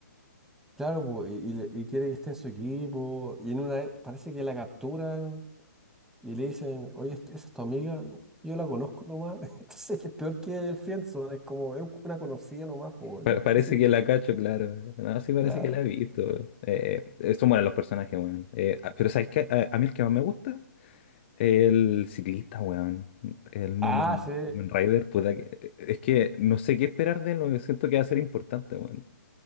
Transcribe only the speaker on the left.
Pa- parece
que la cacho, claro. eh, No, sí parece
que la he visto. Eh, eh, son buenos los personajes, weón. Eh, ah, pero ¿sabes qué? A, a mí el que más me gusta, el ciclista, weón. El Mumen,
Mumen Rider, puta que... eh, Es que no sé qué esperar de él, weón. siento que va a ser importante, weón.